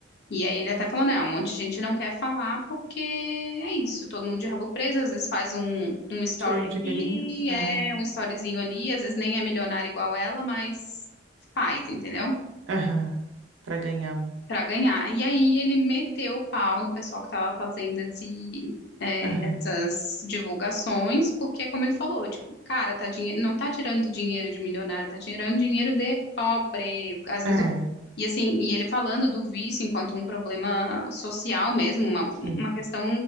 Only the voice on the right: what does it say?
Tirou um dinheirinho?
É.
Aham. Pra ganhar um.
Aham.
É,
sim.